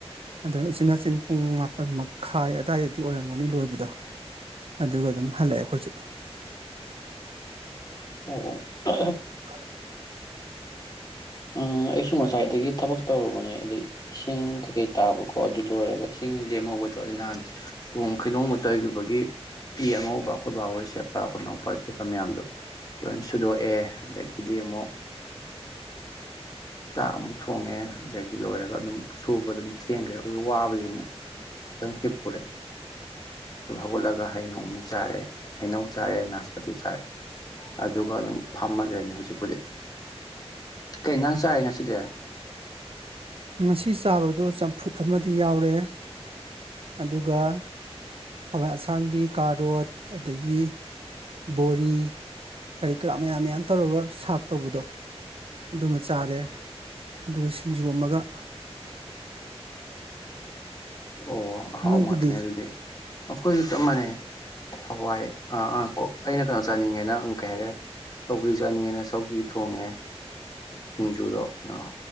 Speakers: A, on the right; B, on the left.
A: ꯑꯗ ꯎꯆꯤꯟꯅꯥꯆꯤꯟ ꯄꯨꯡ ꯃꯥꯄꯜ ꯃꯈꯥꯏ ꯑꯗꯋꯥꯏꯗꯗꯤ ꯑꯣꯏꯔꯝꯒꯅꯤ ꯂꯣꯏꯕꯗꯣ ꯑꯗꯨꯒ ꯑꯗꯨꯝ ꯍꯜꯂꯛꯑꯦ ꯑꯩꯈꯣꯏꯁꯨ
B: ꯑꯣ ꯑꯣ
A: <unintelligible>
B: ꯑꯝ ꯑꯩꯁꯨ ꯉꯁꯥꯏꯗꯒꯤ ꯊꯕꯛ ꯇꯧꯔꯨꯕꯅꯦ ꯑꯗꯩ ꯏꯁꯤꯡ ꯀꯩꯀꯩ ꯇꯥꯕꯀꯣ ꯑꯗꯨ ꯂꯣꯏꯔꯒ ꯏꯁꯤꯡ ꯂꯦꯝꯍꯧꯕꯗꯣ ꯑꯗꯨ ꯅꯍꯥꯟ ꯇꯣꯡ ꯈꯩꯗꯧꯃꯇ ꯇꯩꯔꯨꯕꯒꯤ ꯐꯤ ꯑꯉꯧꯕ ꯑꯈꯣꯏ ꯕꯥꯍꯣꯏ ꯁꯦꯞ ꯑ ꯑꯈꯣꯏ ꯅꯥꯎꯄꯥ ꯆꯦꯠꯄ ꯃꯌꯥꯝꯗꯣ ꯂꯣꯏ ꯁꯨꯗꯣꯛꯑꯦ ꯑꯗꯒꯤꯗꯤ ꯑꯃꯨꯛ ꯆꯥꯛ ꯑꯃꯨꯛ ꯊꯣꯡꯉꯦ ꯑꯗꯒꯤ ꯂꯣꯏꯔꯒ ꯑꯗꯨꯝ ꯁꯨꯕ ꯑꯗꯨꯝ ꯊꯦꯡꯈ꯭ꯔꯦ ꯑꯗꯨ ꯋꯥꯕꯒꯤ ꯑꯃꯨꯛ ꯉꯇꯪ ꯁꯤꯄꯨꯔꯦ ꯑꯗꯨ ꯍꯧꯒꯠꯂꯒ ꯍꯩꯅꯧ ꯑꯃꯨꯛ ꯆꯥꯔꯦ ꯍꯩꯅꯧ ꯆꯥꯔꯦꯅꯥ ꯃꯊꯤ ꯆꯥꯔꯦ ꯑꯗꯨꯒ ꯑꯗꯨꯝ ꯐꯝꯃ ꯂꯩꯔꯝꯃꯦ ꯍꯧꯖꯤꯛꯄꯨꯗꯤ ꯀꯩ ꯏꯟꯖꯥꯡ ꯆꯥꯏ ꯉꯁꯤꯗꯦ
A: ꯉꯁꯤ ꯆꯥꯕꯗꯨ ꯆꯝꯐꯨꯠ ꯑꯃꯗꯤ ꯌꯥꯎꯔꯦ ꯑꯗꯨꯒ ꯍꯋꯥꯏ ꯑꯁꯥꯡꯕꯤ ꯀꯥꯔꯣꯠ ꯑꯗꯒꯤ ꯕꯣꯔꯤ ꯀꯔꯤ ꯀꯔꯥ ꯃꯌꯥꯝ ꯃꯌꯥꯝ ꯇꯧꯔꯒ ꯁꯥꯛ ꯇꯧꯕꯗꯣ ꯑꯗꯨꯃ ꯆꯥꯔꯦ ꯑꯗꯨꯒ ꯁꯤꯡꯖꯨ ꯑꯃꯒ <inaudible>
B: ꯑꯣ ꯍꯥꯎꯕꯅꯦ
A: ꯅꯣꯏꯒꯤꯗꯤ
B: ꯑꯗꯨꯗꯤ ꯑꯈꯣꯏꯁꯨ ꯆꯞ ꯃꯥꯟꯅꯩ ꯍꯋꯥꯏ ꯑ ꯑꯥ ꯑꯣ ꯑꯩꯅ ꯀꯩꯅꯣ ꯆꯥꯅꯤꯡꯉꯦꯅ ꯀꯩ ꯍꯥꯏꯔꯦ ꯁꯧꯒ꯭ꯔꯤ ꯆꯥꯅꯤꯡꯉꯦꯅ ꯁꯧꯒ꯭ꯔꯤ ꯊꯣꯡꯉꯦ ꯑꯩ ꯁꯤꯡꯖꯨꯗꯣ ꯀꯩꯅꯣ